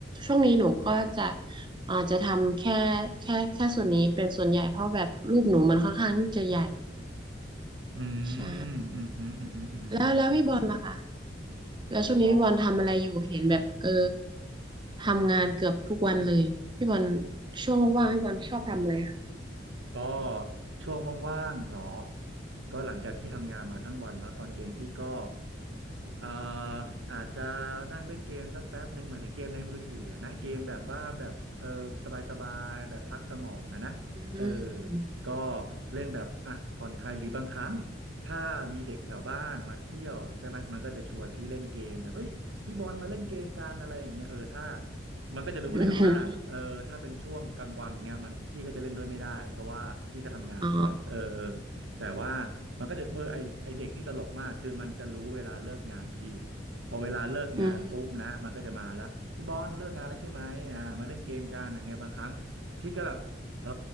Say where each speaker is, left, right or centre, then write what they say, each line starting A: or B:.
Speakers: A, on the right; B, on the right.
A: ช่วงนี้หนูก็จะอ่าจะทำแค่แค่แค่ส่วนนี้เป็นส่วนใหญ่เพราะแบบรูปหนูมันค่อนข้างที่จะใหญ่
B: อื
A: ใช่
B: มอืมอืมอืมอืมอม
A: แล้วแล้วพี่บอลล่ะคะ แล้วช่วงนี้พี่บอลทำอะไรอยู่เห็นแบบเออ
B: อ๋อ
A: ทำงานเกือบทุกวันเลยพี่บอลช่วงว่างๆพี่บอลชอบทำอะไรคะ
B: ก็ช่วงว่างๆเหรอก็หลังจากที่ทำงานมาทั้งวันเนาะตอนเย็นพี่ก็อ่าอาจจะนั่งเล่นเกมสักแป๊บหนึ่งเหมือนถึงเกมในมือถือนะเกมแบบว่าแบบเออสบายๆแบบพักสมองอะนะเออ
A: อืม
B: ก็เล่นแบบอ่ะผ่อนคลายหรือบางครั้งถ้ามีเด็กแถวบ้านมาเที่ยวใช่ไหมมันก็จะชวนพี่เล่นเกมแบบเอ้ยพี่บอลมาเล่นเกมกันอะไรอย่างเงี้ยเออถ้า มันก็จะรู้แหละว่าเออถ้าเป็นช่วงกลางวันเงี้ยมันพี่ก็จะเล่นด้วยไม่ได้เพราะว่าพี่ก็ทำงานใช่ป่ะเออ
A: อืมอ๋อ
B: แต่ว่ามันก็จะเออไอไอเด็กนี่ตลกมากคือมันจะรู้เวลาเลิกงานพี่พอเวลาเลิกงานปุ๊บนะมันก็จะมาแล้วพี่บอลเลิกงานแล้วใช่ไหมอ่ามาเล่นเกมกันอย่างเงี้ยบางครั้งพี่ก็แบบเออ
A: อืม